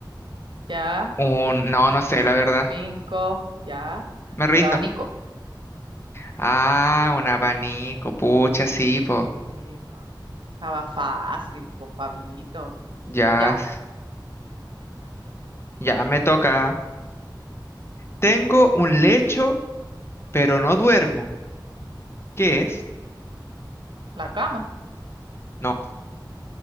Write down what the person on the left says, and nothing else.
un, no, no sé, la verdad.
Me rindo.
Ah, un abanico, pucha, sí, pues,
Ya,
s- ya me toca. Tengo un lecho, pero no duermo. ¿Qué es?
No,